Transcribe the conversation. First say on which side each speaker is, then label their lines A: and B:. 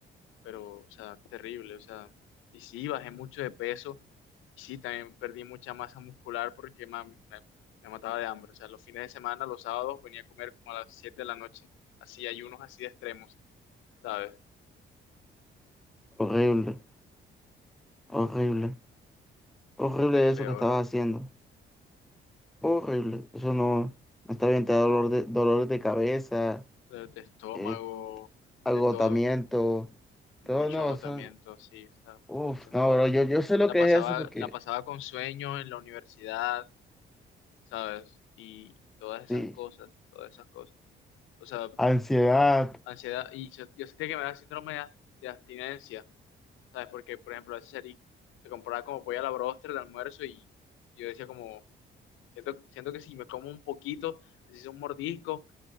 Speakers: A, on the left (about 85°); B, in the centre.
A: pero, o sea, terrible, o sea, y sí, bajé mucho de peso, y sí, también perdí mucha masa muscular porque ma- me, me mataba de hambre, o sea, los fines de semana, los sábados, venía a comer como a las 7 de la noche, así, ayunos así de extremos, ¿sabes?
B: Horrible, horrible, horrible
A: Muy feo,
B: eso que estabas
A: bro,
B: haciendo. Horrible, eso no, no está bien, te da dolor de, dolores de cabeza,
A: de, de estómago,
B: eh, agotamiento.
A: de todo, mucho
B: Todo no,
A: agotamiento,
B: eso,
A: sí, o sea,
B: Uf,
A: eso es
B: no,
A: muy cierto.
B: bro, yo, yo sé lo
A: La
B: que
A: pasaba,
B: es eso porque,
A: la pasaba con sueño en la universidad, ¿sabes? Y todas esas
B: sí,
A: cosas, todas esas cosas. O sea,
B: ansiedad,
A: ansiedad, y yo, yo sentía que me daba síndrome de as- de abstinencia, ¿sabes? Porque, por ejemplo, a veces salí, me compraba como pollo a la bróster de almuerzo y, y yo decía como, siento, siento que si me como un poquito, así sea un mordisco,